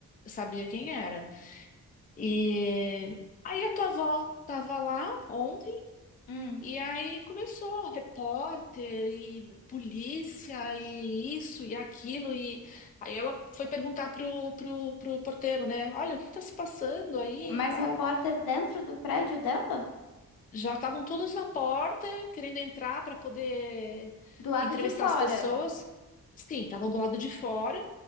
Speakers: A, on the left; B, on the left.
A: Sabia quem era. E aí a tua avó estava lá ontem.
B: Hum.
A: E aí começou repórter e polícia e isso e aquilo e aí ela foi perguntar pro, pro, pro porteiro, né? Olha, o que está se passando aí
B: Mas
A: e tal.
B: repórter dentro do prédio dela?
A: Já estavam todos na porta querendo entrar para poder
B: Do lado
A: entrevistar
B: de fora.
A: as pessoas. Sim, estavam do lado de fora